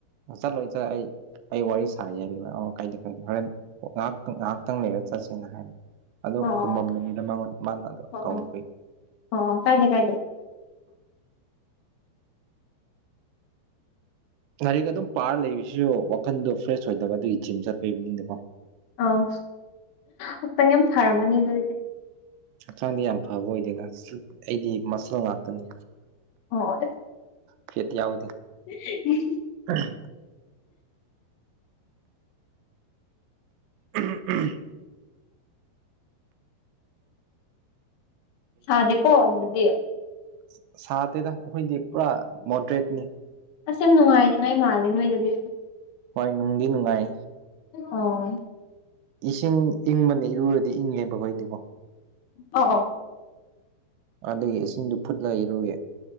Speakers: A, on the right; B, on the left.
A: ꯆꯠꯂꯣꯏꯗ ꯑꯩ ꯑꯩ ꯋꯥꯔꯤ ꯁꯥꯔꯤ ꯍꯥꯏ ꯑꯣ ꯀꯥꯏꯗꯦ ꯀꯥꯏꯗꯦ ꯍꯣꯔꯦꯟ ꯉꯍꯥꯛꯇꯪ ꯉꯍꯥꯛꯇꯪ ꯂꯩꯔ ꯆꯠꯁꯦꯅ ꯍꯥꯏꯕ ꯑꯗꯨ
B: ꯑꯣ ꯑꯣ
A: ꯈꯨꯝꯃꯝꯕꯅꯤꯗ ꯃꯉꯣꯟ ꯃꯥꯅ ꯑꯗꯣ
B: ꯑꯣ
A: ꯀꯧꯔꯛꯄꯩ
B: ꯑꯣ ꯑꯣ ꯑꯣ ꯀꯥꯏꯗꯦ ꯀꯥꯏꯗꯦ
A: ꯂꯥꯢꯔꯤꯛ ꯑꯗꯨꯝ ꯄꯥꯔ ꯂꯩꯕꯁꯤꯁꯨ ꯋꯥꯈꯟꯗꯣ ꯐ꯭ꯔꯦꯁ ꯑꯣꯏꯗꯕ ꯑꯗꯨꯒꯤ ꯖꯤꯝ ꯆꯠꯈꯤꯕꯅꯤꯗꯀꯣ
B: ꯑꯥꯎ ꯈꯥꯛꯆꯥꯡ ꯌꯥꯝ ꯐꯔꯝꯃꯅꯤ ꯑꯗꯨꯗꯤ
A: ꯍꯛꯆꯥꯡꯗꯤ ꯌꯥꯝ ꯐꯕ ꯑꯣꯏꯗꯦꯗ ꯑꯩꯗꯤ ꯃꯁꯜ ꯉꯥꯛꯇꯅꯤ
B: ꯑꯣ ꯑꯣ
A: ꯈꯦꯇꯤ ꯌꯥꯎꯗꯦ
B: <unintelligible>
A: <unintelligible> ꯎꯝ ꯎꯝ
B: ꯁꯥꯗꯦꯀꯣ ꯑꯗꯨꯗꯗꯤ
A: ꯁ ꯁꯥꯗꯦꯗ ꯑꯈꯣꯏꯗꯤ ꯄꯨꯔꯥ ꯃꯣꯗ꯭ꯔꯦꯠꯅꯤ
B: ꯑꯁ ꯌꯥꯝ ꯅꯨꯡꯉꯥꯏꯅꯤꯉꯥꯏ ꯃꯥꯜꯂꯦ ꯅꯣꯏꯗꯨꯗꯤ
A: ꯍꯣꯏ ꯅꯨꯡꯗꯤ ꯅꯨꯡꯉꯥꯏ
B: ꯑꯣ
A: ꯏꯁꯤꯡ ꯏꯪꯕꯅ ꯏꯔꯨꯔꯗꯤ ꯏꯪꯉꯦꯕꯀꯣ ꯑꯩꯗꯤꯀꯣ
B: ꯑꯣ ꯑꯣ
A: ꯑꯗꯒꯤ ꯏꯁꯤꯡꯗꯨ ꯐꯨꯠꯂ ꯏꯔꯨꯌꯦ